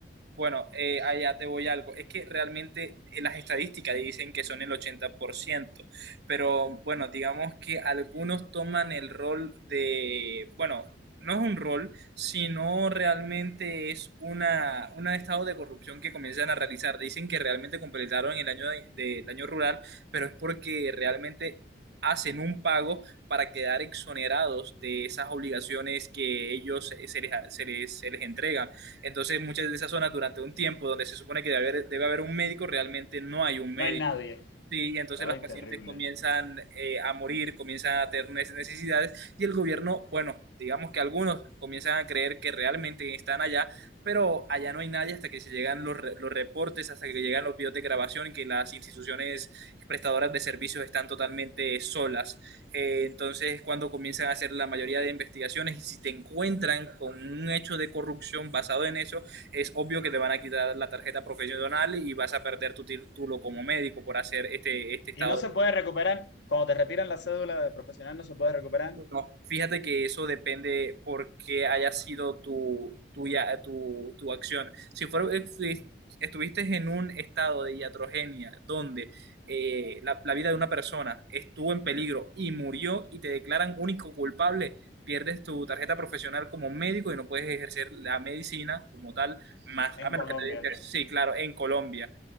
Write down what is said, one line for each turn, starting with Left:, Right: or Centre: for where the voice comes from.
Right: Bueno, eh, allá te voy algo. Es que realmente eh, las estadísticas dicen que son el 80%, pero bueno, digamos que algunos toman el rol de, bueno, no es un rol, sino realmente es una, un estado de corrupción que comienzan a realizar. Dicen que realmente completaron el año de- del año rural, pero es porque realmente hacen un pago para quedar exonerados de esas obligaciones que ellos se se les, se les, se les entregan. Entonces, muchas de esas zonas durante un tiempo donde se supone que debe haber, debe haber un médico, realmente no hay un médico.
Left: No hay nadie.
Right: Sí, y entonces
Left: Ay,
Right: las pacientes
Left: terrible.
Right: comienzan eh, a morir, comienzan a tener neces- necesidades y el gobierno, bueno, digamos que algunos comienzan a creer que realmente están allá, pero allá no hay nadie hasta que se llegan los, re- los reportes, hasta que llegan los videos de grabación y que las instituciones prestadoras de servicios están totalmente solas. Eh, entonces, cuando comienzan a hacer la mayoría de investigaciones y si te encuentran con un hecho de corrupción basado en eso, es obvio que te van a quitar la tarjeta profesional y vas a perder tu título como médico por hacer este, este estado.
Left: Y no se puede recuperar. Cuando te retiran la cédula de profesional, no se puede recuperar
Right: No, fíjate que eso depende por qué haya sido tu, tu, ya- tu, tu acción. Si fuera, si estuviste en un estado de iatrogenia donde eh, la, la vida de una persona estuvo en peligro y murió y te declaran único culpable, pierdes tu tarjeta profesional como médico y no puedes ejercer la medicina como tal, más
Left: en
Right: a menos
Left: Colombia.
Right: que te dediques, sí, claro, en Colombia.